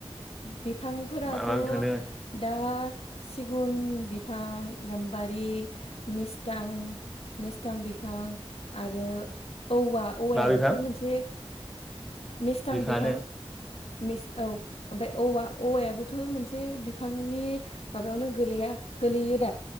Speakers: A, on the left (about 75°); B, in the centre.
A: बिफांफोराथ
B: मा मा बिफां दोङो
A: दा सिगुन बिफां गाम्बारि मिस्थां मेस्थां बिफां आरो औवा औवायाबोथ
B: मा बिफां
A: मोनसे मिस्थां
B: बिफाङानो
A: बिफां मिस औ ओमफ्राय औवा औवायाबोथ मोनसे बिफांनि माबायावनो गोलैया गोलैयो दा।